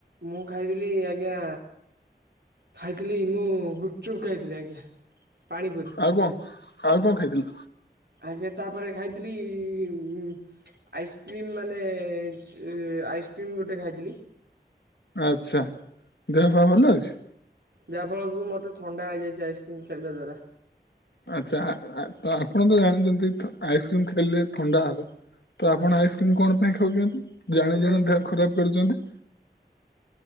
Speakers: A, on the right; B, on the left.
A: ମୁଁ ଖାଇଥିଲି ଆଜ୍ଞା ଖାଇଥିଲି ମୁଁ ଗୁପଚୁପ୍ ଖାଇଥିଲି ଆଜ୍ଞା। ପାଣିପୁରୀ।
B: ଆଉ କଣ? ଆଉ କଣ ଖାଇଥିଲ?
A: ଆଜ୍ଞା ତାପରେ ଖାଇଥିଲି ଉଁ ଆଇସ୍କ୍ରିମ୍ ମାନେ ସେ ଆଇସ୍କ୍ରିମ୍ ଗୋଟେ ଖାଇଥିଲି।
B: ଆଚ୍ଛା। ଦେହ ପା ଭଲ ଅଛି?
A: ଯାହା ଫଳକୁ ମତେ ଥଣ୍ଡା ହେଇଯାଇଚି ଆଇସ୍କ୍ରିମ୍ ଖାଇବା ଦ୍ଵାରା।
B: ଆଚ୍ଛା। ଆ ଆ ତ ଆପଣ ତ ଜାଣିଛନ୍ତି ଆଇସ୍କ୍ରିମ୍ ଖାଇଲେ ଥଣ୍ଡା ହବ। ତ ଆପଣ
A: ଆଜ୍ଞା
B: ଆଇସ୍କ୍ରିମ୍ କଣ ପାଇଁ ଖାଉଛନ୍ତି। ଜାଣି
A: ଆଜ୍ଞା
B: ଜାଣି
A: ମୋତେ
B: ଦେହ ଖରାପ କରୁଛନ୍ତି।